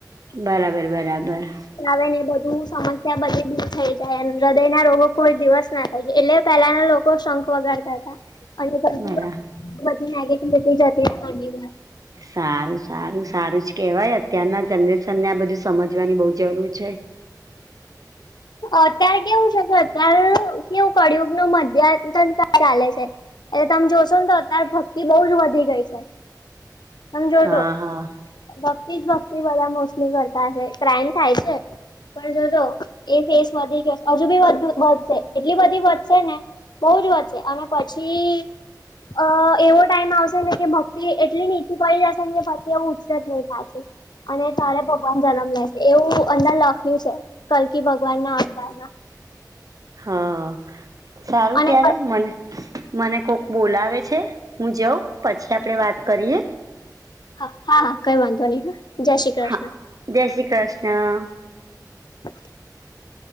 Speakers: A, on the right; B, on the left.
A: બરાબર બરાબર
B: આવે ને બધું સમસ્યા બધી દૂર થઈ જાય હૃદય ના રોગો કોઈ દિવસ ના એટલે પેલાના લોકો શોખ વગાડતા હતા. અને ઘ
A: બરા
B: બધી નેગેટિવિટી જતીની
A: સારું સારું સારું જ કહેવાય અત્યારના જનરેશનને આ બધું સમજવાની બહુ જરૂર છે.
B: અત્ય્યારે કેવું છે કે અતાર કેવું કળિયુગ નું મધ્યાન ચાલે છે. એટલે તમે જોશો ને તો અત્યારે ભક્તિ બહ જ વધી ગઈ છે. હ જોજો
A: હા હા
B: ભક્તિ જ ભક્તિ બધા મોસ્ટલી કરતા હશે ક્રાઈમ થાય છે પણ જોજો. એ ફેસ વધી ગયો હજુ બી વધશે એટલી બધી વધશે ને બહુ જ વધશે અને પછી. અ એવો ટાઈમ આવશે ને કે ભક્તિ એટલી નીચી પડી જશે કે ભતિ એવું ઉત્સજ નહી થાય છે. અને તારે ભગવાન જન્મ લેશે એવું અંદર લખ્યું છે. કે ભગવાન ના આવત
A: હા સારું
B: અને
A: ત્યારે મને મને કોક બોલાવે છે હું જઉં પછી આપડે વાત કરીએ.
B: હા હા હા કઈ વાંધો નહી હા જય શ્રી કૃષ્ણ.
A: હા જય શ્રી કૃષ્ણ.
B: <inaudible>